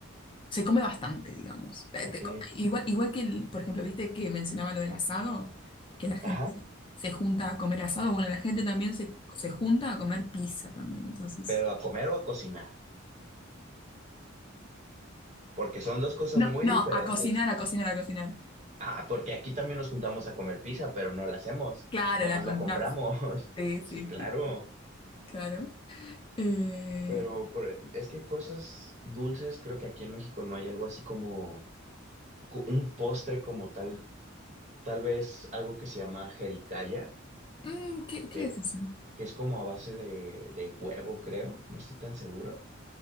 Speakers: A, on the left; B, on the right.
A: se come bastante, digamos. Eh,
B: Ok,
A: te co- Igual, igual que, el- por ejemplo, viste que mencionaba lo del asado, que la gente
B: ajá,
A: se se junta a comer asado. Bueno, la gente también se, se junta a comer pizza también. Entonces,
B: pero a comer o a cocinar, porque son dos cosas
A: no,
B: muy
A: no,
B: diferentes.
A: a cocinar, a cocinar, a cocinar.
B: Ah, porque aquí también nos juntamos a comer pizza, pero no la hacemos,
A: Claro,
B: nomás
A: la compras.
B: la compramos.
A: Sí,
B: <laughs> Sí,
A: sí,
B: claro.
A: sí, claro. Eh,
B: Pero por- es que cosas dulces, creo que aquí en México no hay algo así como co- un postre como tal, tal vez algo que se llama jericaya,
A: mm, ¿qué, qué
B: que,
A: es eso?
B: que es como a base de, de huevo, creo, no estoy tan seguro,